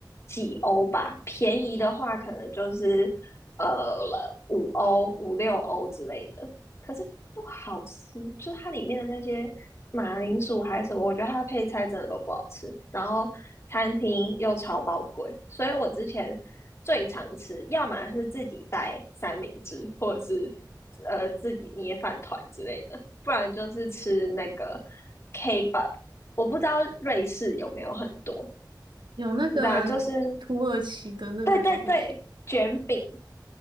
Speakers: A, on the left (about 35°); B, on the right (about 85°).
A: 几欧吧，便宜的话可能就是呃五欧、五六欧之类的。可是不好吃，就是它里面的那些马铃薯还是什么，我觉得它的配菜真的都不好吃。然后餐厅又超爆贵，所以我之前最常吃，要么是自己带三明治，或者是呃自己捏饭团之类的，不然就是吃那个 K-pop。我不知道瑞士有没有很多，
B: 有那个土耳其的那个东西，
A: 你知道，就是对对对，卷饼，